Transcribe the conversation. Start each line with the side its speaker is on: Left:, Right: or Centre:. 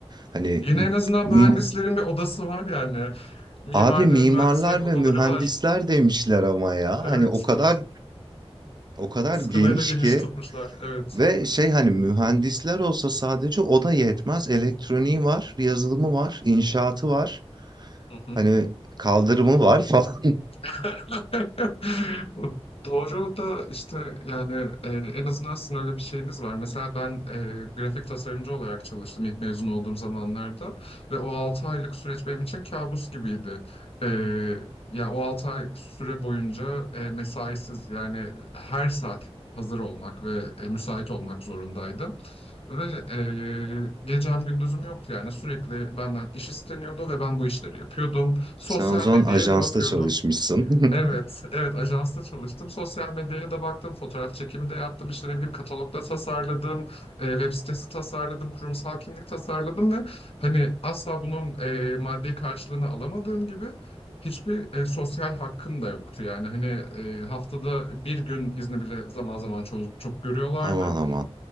Right: Hani
Left: Yine
Right: m-
Left: en azından mühendislerin
Right: mi-
Left: bir odası var yani. Mimarların,
Right: abi mimarlar
Left: mühendislerin odaları
Right: ve mühendisler
Left: var.
Right: demişler ama ya.
Left: Evet.
Right: Hani o kadar o kadar
Left: Skalayı
Right: geniş
Left: da geniş
Right: ki
Left: tutmuşlar. Evet.
Right: ve şey hani mühendisler olsa sadece o da yetmez. Elektroniği var, yazılımı var, inşaatı var.
Left: Hı hı.
Right: Hani kaldırımı var <laughs> falan.
Left: <laughs> Doğru da işte yani e, en azından sizin öyle bir şeyiniz var. Mesela ben e, grafik tasarımcı olarak çalıştım ilk mezun olduğum zamanlarda ve o 6 aylık süreç benim için kabus gibiydi. E, ya o 6 ay süre boyunca e, mesaisiz yani her saat hazır olmak ve e, müsait olmak zorundaydım. Ve e, gecem gündüzüm yoktu yani sürekli benden iş isteniyordu ve ben bu işleri yapıyordum. Sosyal
Right: Sen o zaman
Left: medyaya
Right: ajansta
Left: da bakıyordum.
Right: çalışmışsın. <laughs>
Left: Evet, evet ajansta çalıştım. Sosyal medyaya da baktım, fotoğraf çekimi de yaptım, işte ne bileyim katalogda tasarladım, e, web sitesi tasarladım, kurumsal kimlik tasarladım ve hani asla bunun e, maddi karşılığını alamadığım gibi hiçbir e, sosyal hakkım da yoktu. Yani hani e, haftada bir gün izni bile zaman zaman çok, çok görüyorlardı.
Right: Aman aman.